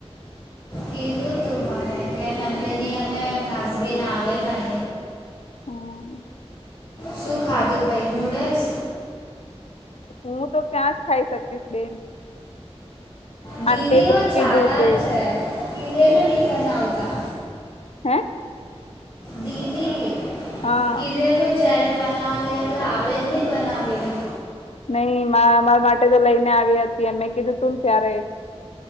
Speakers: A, on the left (about 45°); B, on the left (about 75°).
A: કીધું તું મને કે નંદની અને નાઝબીન આવેલા
B: હા
A: શું ખાધું પહી નૂડલ્સ?
B: હું તો ક્યાંજ ખાય શકીશ બેન
A: દીદી
B: આંટી એ
A: બહુ ચાાલક
B: કીધું કે
A: છે કીધેલુ નહીં બનાવતા
B: હે
A: દીદી
B: હા
A: કીધેલું જયારે બનાવા લેવા ત્યારે આવે જ નહી બનાવીને
B: નહી મા અમારા માટે તો લઈને આવી હતી એ મેં કીધું તું ને ત્યારે